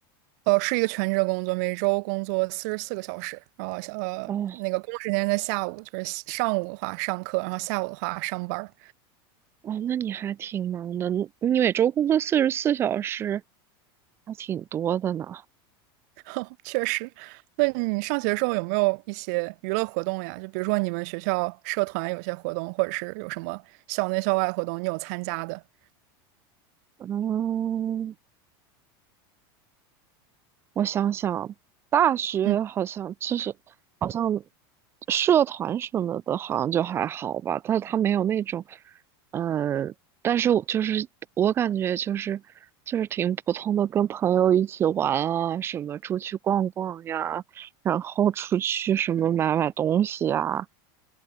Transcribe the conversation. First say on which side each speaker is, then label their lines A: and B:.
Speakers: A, on the right; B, on the right.
A: 呃，是一个全职的工作，每周工作四十四个小时，然后小呃那个工作时间在下午，
B: 作？哦
A: 就是上午的话上课，然后下午的话上班儿。
B: 哦，那你还挺忙的，你你每周工作四十四小时，还挺多的呢。
A: <laughs> 确实，那你上学的时候有没有一些娱乐活动呀？就比如说你们学校社团有些活动，或者是有什么校内校外活动，你有参加的？
B: 嗯，我想想，大学好像就是好像
A: 嗯。
B: 社团什么的，好像就还好吧，但是他没有那种，呃，但是我就是我感觉就是就是挺普通的，跟朋友一起玩啊，什么出去逛逛呀，然后出去什么买买东西啊